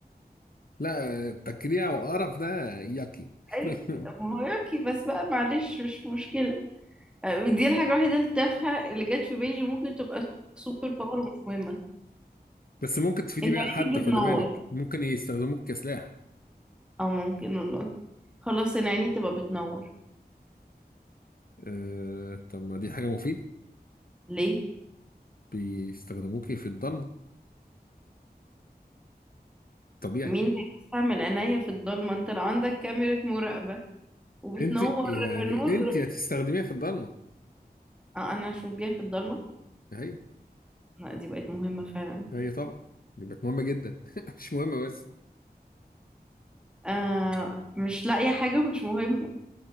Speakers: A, on the left (about 60°); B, in the centre.
A: لا تكريع وقرف ده يقي <laughs>
B: ايوه هوراكي بس بقى معلش مش مشكله آه، دي الحاجه الوحيده التافهه اللي جت في بالي ممكن تبقى سوبر باور ومش مهمه
A: بس ممكن تفيدي
B: انت
A: بيها
B: عيني
A: حد خدي
B: بتنور
A: بالك ممكن يستخدموك كسلاح
B: اه ممكن والله خلاص انا عيني تبقى بتنور
A: أه طب ما دي حاجة مفيدة
B: ليه
A: بيستخدموكي في الضلمة طبيعي
B: مين هيستعمل عينيا في الضلمه انت لو عندك كاميرا مراقبه وبتنور
A: أنت يعني
B: نور
A: أنت هتستخدميها في الضلمة
B: اه انا هشوف بيها في الضلمه
A: هي
B: لا دي بقت مهمه فعلا
A: هي طبعا دي بقت مهمة جدا <laughs> مش مهمة بس
B: آه مش لاقيه حاجه مش مهمه